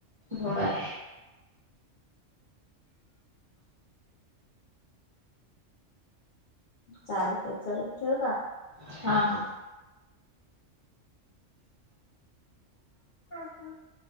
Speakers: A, on the right; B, on the left.
A: होय.
B: चालते चल ठेवू का?
A: हा हा.
B: ह ह